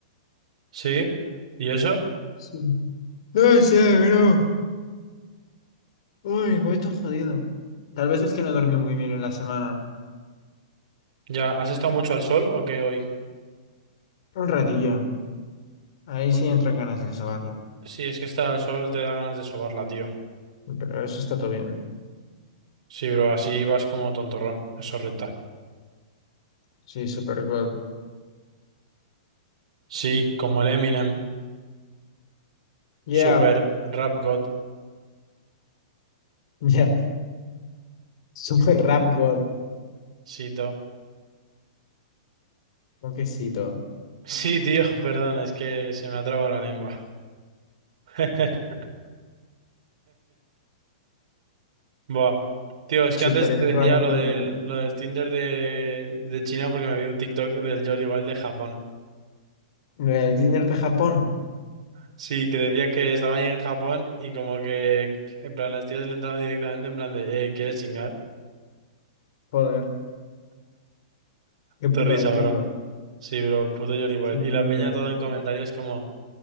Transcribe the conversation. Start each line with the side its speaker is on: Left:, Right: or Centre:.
Right: Sí. ¿Y eso?
Left: Sí. No sé, bro. Uy, voy todo jodido. Tal vez es que no dormí muy bien en la semana.
Right: ¿Ya has estado mucho al sol o qué hoy?
Left: Un ratillo. Ahí
Right: Por-
Left: sí entran ganas de sobarlo.
Right: Sí, es que estar al sol te da ganas de sobarla, tío.
Left: Pero eso está todo bien.
Right: Sí, bro, así vas como tontorrón. Eso renta.
Left: Sí, super good.
Right: Sí, como el Eminem.
Left: Ya,
Right: Super rap god.
Left: ya. Super Rap God,
Right: <laughs> Sí, tío.
Left: quesito.
Right: Sí, tío, <laughs> perdón, es que se me ha trabado la lengua. <laughs> Buah. Tío, es que
Left: Super
Right: antes te decía
Left: Rap
Right: lo
Left: God
Right: del,
Left: de mí.
Right: lo del Tinder de, de China porque me vi un TikTok del Jordi igual de Japón.
Left: El Tinder de Japón.
Right: Sí, que decía que estaba ahí en Japón y como que, en plan, las tías le entraban directamente en plan de, eh, ¿quieres chingar?
Left: Joder, qué puta
Right: Te risa,
Left: de pico.
Right: bro. Sí, bro, puto Jordi igual.
Left: Sí, sí,
Right: Y la peña
Left: ya ves.
Right: todo en comentarios como,